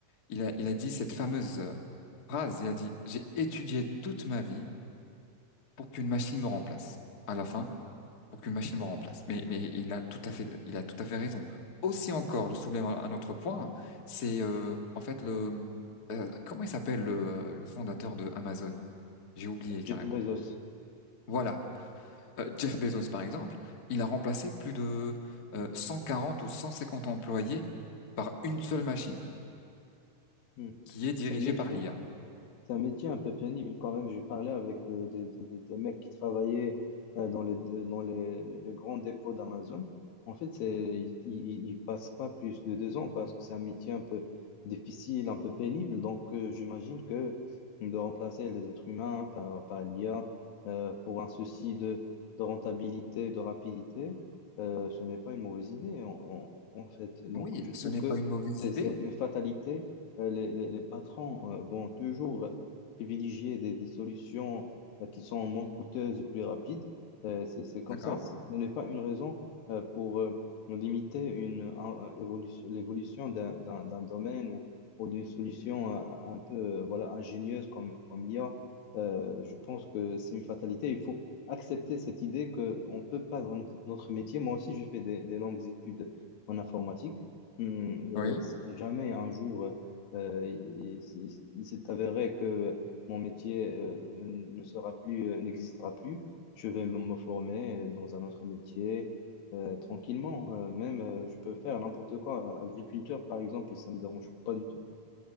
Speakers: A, on the left; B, on the left.
A: il a, il a dit cette fameuse euh, phrase, il a dit, j'ai étudié toute ma vie pour qu'une machine me remplace. À la fin, pour qu'une machine me remplace. Mais, mais il a tout à fait, il a tout à fait raison. Aussi encore, je soulève un, un autre point, c'est euh, en fait le, euh, comment il s'appelle le, euh, le fondateur de Amazon? J'ai oublié
B: Jeff
A: carrément.
B: Bezos.
A: Voilà, Euh, Jeff Bezos par exemple, il a remplacé plus de euh, 140 ou 150 employés par une seule machine
B: Hmm.
A: qui est dirigée
B: C'est un métier.
A: par l'IA.
B: C'est un métier un peu pénible quand même. J'ai parlé avec euh, des, des- des mecs qui travaillaient euh, dans les, dans les, les grands dépôts d'Amazon. En fait, c'est, ils ils- ils passent pas plus de deux ans parce que c'est un métier un peu difficile, un peu pénible. Donc, euh, j'imagine que de remplacer les êtres humains par, par l'IA euh, pour un souci de, de rentabilité, de rapidité, euh, ce n'est pas une mauvaise idée en, en- en fait. Donc,
A: Oui,
B: je
A: ce
B: trouve
A: n'est
B: que
A: pas une mauvaise
B: c'est
A: idée,
B: c'est une fatalité. Euh, Les, les, les patrons euh, vont toujours privilégier des, des solutions euh, qui sont moins coûteuses, plus rapides. Euh, c'est, c'est comme
A: d'accord?
B: ça. Ce ce n'est pas une raison euh, pour euh, limiter une, un- un- évolution, l'évolution d'un d'un- d'un domaine ou, ou d'une solution euh, un peu euh, voilà, ingénieuse comme, comme l'IA. Euh, je pense que c'est une fatalité. Il faut accepter cette idée qu'on peut perdre no- notre métier. Moi aussi, j'ai fait des, des longues études en informatique. Hum,
A: Oui.
B: euh, si jamais un jour... euh, euh, il, il- il s'est avéré que mon métier euh, ne sera plus, euh, n'existera plus. Je vais me me former euh, dans un autre métier euh, tranquillement. Euh, même, euh, je peux faire n'importe quoi. Agriculteur, par exemple, ça me dérange pas du tout.